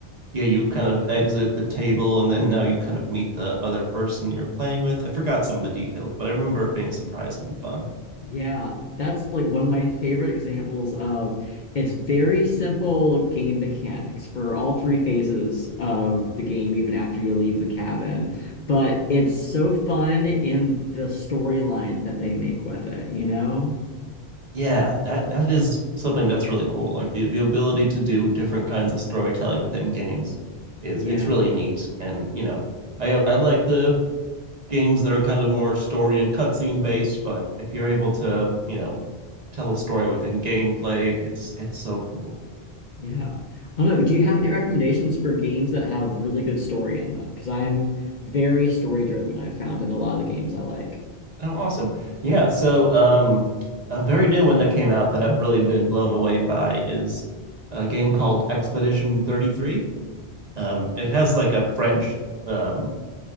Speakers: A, on the right; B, on the left.
A: Yeah, you kind of exit the table, and then now you kind of meet the other person you're playing with. I forgot some of the details, but I remember it being surprising and fun.
B: Yeah, that's like one of my favorite examples of it's very simple game mechanics for all three phases of the game, even after you leave the cabin. But it's so fun in the storyline that they make with it, you know?
A: yeah that that is something that's really cool like the the ability to do different kinds of storytelling within games is
B: Yeah,
A: it's really neat and you know i i like the games that are kind of more story and cutscene based but if you're able to you know tell a story within gameplay it's it's so cool
B: yeah. I don't know. Do you have any recommendations for games that have really good story in them? Because I am very story driven, I've found in a lot of the games I like.
A: oh awesome yeah so um a very new one that came out that i've really been blown away by is a game called expedition 33 um it has like a french um